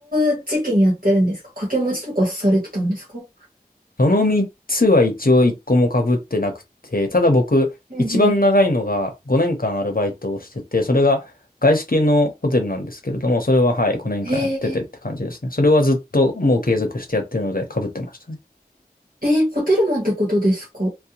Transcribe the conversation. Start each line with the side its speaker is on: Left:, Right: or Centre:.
Right: う時期にやってるんですか掛け持ちとかされてたんですか
Left: その3つは一応1個も被ってなくて、ただ僕、
Right: うんうん。
Left: 一番長いのが5年間アルバイトをしてて、それが外資系のホテルなんですけれども、それははい、5年間やっててって感じですね。
Right: え
Left: それはずっともう継続してやってるので被ってましたね。
Right: ー、えーホテルマンってことですか